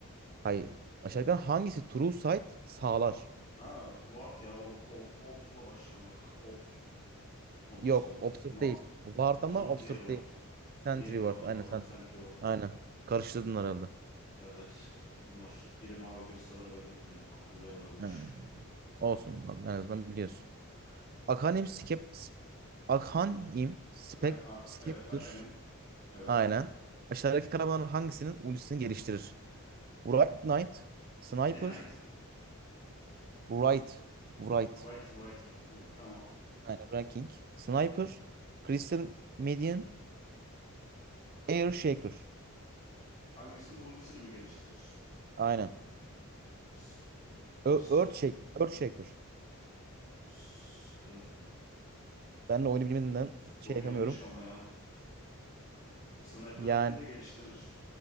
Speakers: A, on the right; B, on the left.
A: Hayır. Aşağıdakilerin hangisi true sight sağlar?
B: Ha, Vart ya. Ob, ob, obs'la başlayan bak. Obs olması
A: Yok,
B: lazım.
A: obsürt
B: Ma
A: değil. Ward
B: o
A: ama
B: zaman
A: obsürt
B: diğer Vart.
A: değil. Sentry
B: Diğer ward
A: Ward.
B: o
A: Aynen
B: zaman
A: Sentry.
B: Sentry Ward.
A: Aynen. Karıştırdın herhalde.
B: Evet. Onlar biri mavi biri sarı öyle biliyorum. Aklımda öyle kalmış.
A: Ha, Olsun abi en azından biliyorsun. Akhanim Skep Akhanim Spek
B: Aga- a-
A: Scepter.
B: evet Aghanim. Evet.
A: Aynen. Aşağıdaki kahramanların hangisinin ultisini geliştirir? Wright Knight, Sniper,
B: Ne Knight?
A: Wright, Wright.
B: Right, Right King. Ha, tamam.
A: Aynen Ranking. Sniper, Crystal Median, Air Shaker.
B: Hangisinin ultisini mi geliştirir?
A: Aynen.
B: S- Yani kristal.
A: Ö Earth Shaker. Earth Shaker.
B: s- yani
A: Ben de oyunu bilmediğimden
B: soru
A: şey yapamıyorum.
B: yanlış ama ya. E, Sniper'ınkini
A: Yani
B: de geliştirir